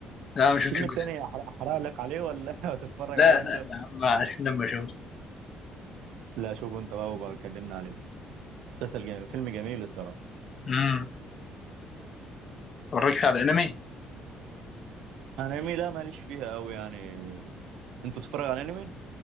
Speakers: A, on the left; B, on the right.
A: لا ما شفتش
B: الفيلم
A: الجزء
B: التاني أحرق- احرق لك عليه ولا <laughs> هتتفرج
A: لا
B: عليه انت
A: لا يا عم عشان لما اشوف
B: لا شوفه انت بقى وبقى كلمنا عليه مسلسل جميل. فيلم جميل الصراحه
A: امم ما اتفرجتش على انمي
B: انمي لا ماليش فيها قوي يعني انت بتتفرج على انمي